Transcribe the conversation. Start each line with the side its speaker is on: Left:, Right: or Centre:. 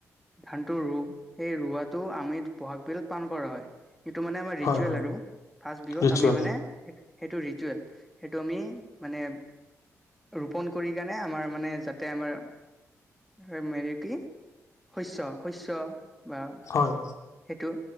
Centre: ধানটো ৰু সেই ৰুৱাটো আমি বহাগ বিহু পান কৰা হয়। সেইটো মানে আমাৰ ৰিচুৱেল
Left: হয় হয়
Centre: আৰু ফাৰ্ষ্ট বিহুত
Left: ৰিচুৱেল
Centre: আমি মানে। সেইটো ৰিচুৱেল সেইটো আমি মানে ৰোপণ কৰি কাৰণে আমাৰ মানে যাতে আমাৰ হেৰি কি শস্য শস্য বা।
Left: হয়
Centre: সেইটো